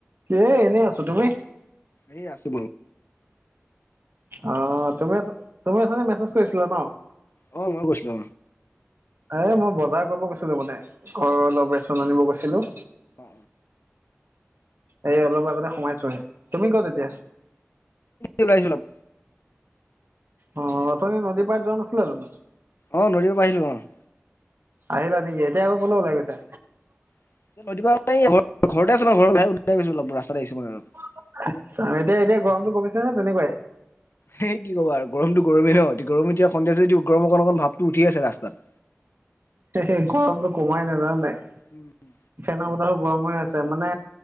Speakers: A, on the right (about 55°); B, on the left (about 60°).
A: কি এ এনেই আছো তুমি?
B: এ আছো বোলো।
A: অ তুমি তুমি অথনি মেছেজ কৰিছিলা ন?
B: অ মই গৈছিলো
A: এই মই বজাৰ কৰিব গৈছিলোঁ মানে, ঘৰৰ অলপ ৰেচন আনিব গৈছিলোঁ।
B: অ অ
A: এই অলপ আগতে সোমাইছোহে, তুমি ক'ত এতিয়া?
B: ওলাইছিলো অলপ।
A: অ', অথনি
B: ঘৰৰ পৰা।
A: নদী পাৰ যোৱা নাছিলা জানো?
B: অ', নদীৰ পা আহিলো অ'।
A: আহিলা নি এতিয়া আকৌ ক'লৈ ওলাই গৈছা?
B: <unintelligible> ঘৰতে আছোঁ মা ঘৰৰ বাহ ওলাই গৈছো অলপ ৰাস্তাত আহিছিলো মই অলপ।
A: এতিয়া, এতিয়া গৰমটো কমিছে নে তেনেকুৱাই?
B: সেই কি ক'বা আৰু গৰতটো গৰমেই হয় গৰম এতিয়া সন্ধিয়াছে যদি গৰম অকণ অকণ ভাল টো উঠি আছে ৰাস্তাত।
A: তে সেই গৰমটো কমাই নাই জানা নে নাই?
B: উম, হম।
A: <unintelligible> গৰম হৈ আছে মানে